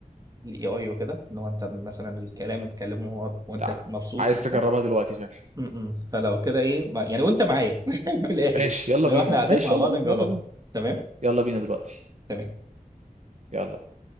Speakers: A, on the right; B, on the right.
A: AI وكده إن هو أنت مثلا الكلام تكلمه وهو- وأنت
B: تع...
A: مبسوط
B: عايز
A: وكده
B: تجربها دلوقتي شكلك
A: م- م. فلو كده إيه ما- يعني وأنت معايا <laughs> من الآخر
B: ماشي يلا
A: لو
B: بينا
A: إحنا قاعدين
B: ماشي
A: مع
B: يلا
A: بعض
B: بينا
A: نجربها
B: يلا بينا
A: تمام
B: يلا بينا دلوقتي
A: تمام
B: يلا بينا.